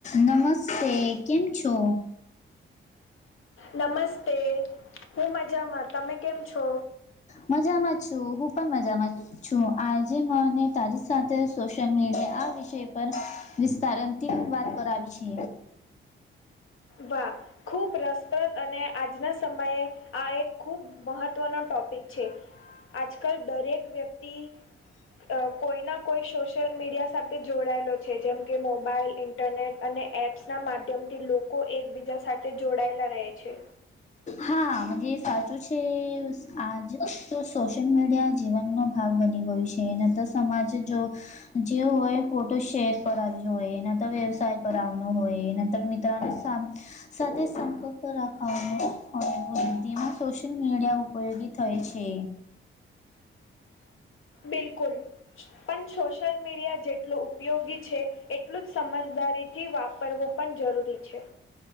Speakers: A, on the left; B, on the left.
A: નમસ્તે કેમ છો?
B: નમસ્તે. હું મજામાં. તમે કેમ છો?
A: મજામાં છું હું પન મજામાં છ છું આજે મને તારી સાથે સોશિયલ મીડિયા આ વિષય પર વિસ્તારન તીમ વાત કરાવી છે.
B: વાહ! ખુબ રસપ્રદ અને આજના સમયે આ એક ખૂબ મહત્વનો ટોપિક છે. આજકલ દરેક વ્યક્તિ અ કોઈ ના કોઈ સોશિયલ મીડિયા સાથે જોડાયેલો છે જેમ કે મોબાઈલ, ઈન ટરનેટ અને એપ્સના માધ્યમથી લોકો એકબીજા સાથે જોડાયેલા રહે છે.
A: હા મગે સાચું છે આજ તો સોશિયલ મીડિયા જીવનનો ભાગ બની ગયું છે. એને તો સમાજ જો જેવો હોય ફોટો શેર કરાવવી જોય એને તો વ્યવસાય કરાવનો હોય એના તો મિત્રને કામ સાથે સંપર્ક રખાવોને હહ એ બધીમાં સોશિયલ મીડિયા ઉપયોગી થાય છે.
B: બિલકુલ. પન સોશિયલ મીડિયા જેટલું ઉપયોગી છે એટલું જ સમજદારી થી વાપરવું પન જરૂરી છે.